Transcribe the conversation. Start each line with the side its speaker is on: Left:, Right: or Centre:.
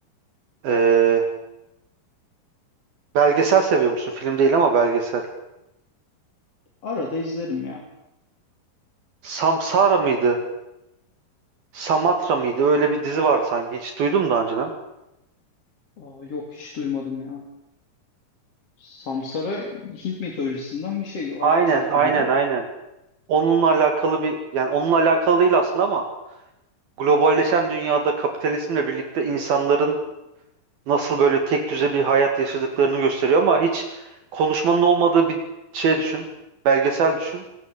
Right: Ee, belgesel seviyor musun? Film değil ama belgesel.
Left: Arada izlerim ya.
Right: Samsara mıydı? Samatra mıydı? Öyle bir dizi vardı sanki. Hiç duydum daha önceden.
Left: Aa, yok hiç duymadım ya. Samsara Hint mitolojisinden bir şey. Hayat
Right: Aynen,
Left: çarkı
Right: aynen,
Left: gibi.
Right: aynen. Onunla alakalı bir, yani onunla alakalı değil aslında ama globalleşen dünyada kapitalizmle birlikte insanların nasıl böyle tek düze bir hayat yaşadıklarını gösteriyor ama hiç konuşmanın olmadığı bir şey düşün. Belgesel düşün.